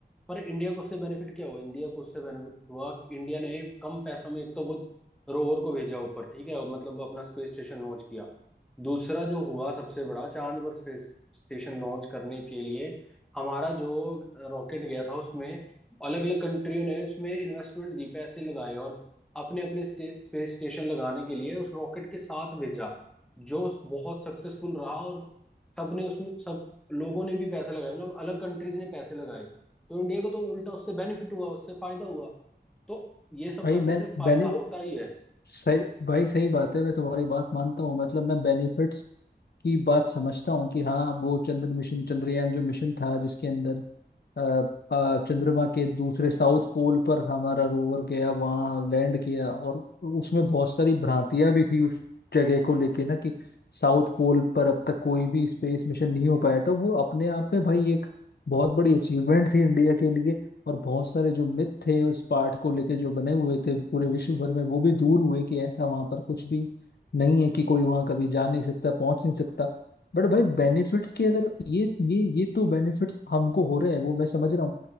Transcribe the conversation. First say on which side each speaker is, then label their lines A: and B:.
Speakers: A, in the centre; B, on the left.
A: पर इंडिया को उससे बेनिफिट क्या हुआ इंडिया को उससे बेनिफिट हुआ कि इंडिया ने कम पैसों में एक तो वो रोवर को भेजा ऊपर ठीक है और मतलब वो अपना स्पेस स्टेशन लॉन्च किया दूसरा जो हुआ सबसे बड़ा चांद पर स्पेस स्टेशन लॉन्च करने के लिए हमारा जो रॉकेट गया था उसमें अलग अलग कंट्रियों ने उसमें इन्वेस्टमेंट दी पैसे लगाए और अपने अपने स्पेस स्टेशन लगाने के लिए उस रॉकेट के साथ भेजा जो बहुत सक्सेसफुल रहा और सबने उसमें सब लोगों ने भी पैसे लगाए मतलब अलग कंट्रीज ने पैसे लगाए तो इंडिया को तो उल्टा उससे बेनिफिट हुआ उससे फायदा हुआ तो ये सब
B: भाई
A: करने
B: मैं
A: से फायदा
B: बेनि
A: होता ही है
B: सही भाई सही बात है मैं तुम्हारी बात मानता हूँ मतलब मैं बेनिफिट्स की बात समझता हूँ कि हाँ वो चंद्र मिशन चंद्रयान जो मिशन था जिसके अंदर अ, अ, चंद्रमा के दूसरे साउथ पोल पर हमारा रोवर गया वहाँ लैंड किया और उसमें बहुत सारी भ्रांतियां भी थी उस जगह को लेके ना कि साउथ पोल पर अब तक कोई भी स्पेस मिशन नहीं हो पाया तो वो अपने आप में भाई एक बहुत बड़ी अचीवमेंट थी इंडिया के लिए और बहुत सारे जो मिथ थे उस पार्ट को लेके जो बने हुए थे पूरे विश्व भर में वो भी दूर हुए कि ऐसा वहां पर कुछ भी नहीं है कि कोई वहां कभी जा नहीं सकता पहुंच नहीं सकता बट भाई बेनिफिट्स की अगर ये ये ये तो बेनिफिट्स हमको हो रहे हैं वो मैं समझ रहा हूँ